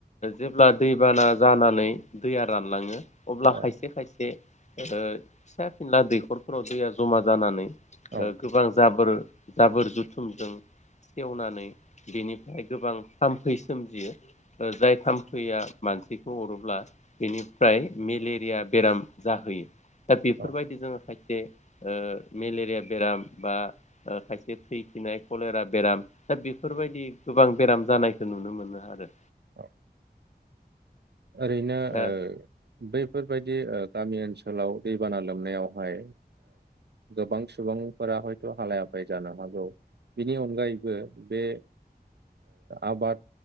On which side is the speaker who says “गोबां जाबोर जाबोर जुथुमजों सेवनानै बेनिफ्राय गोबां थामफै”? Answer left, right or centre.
Left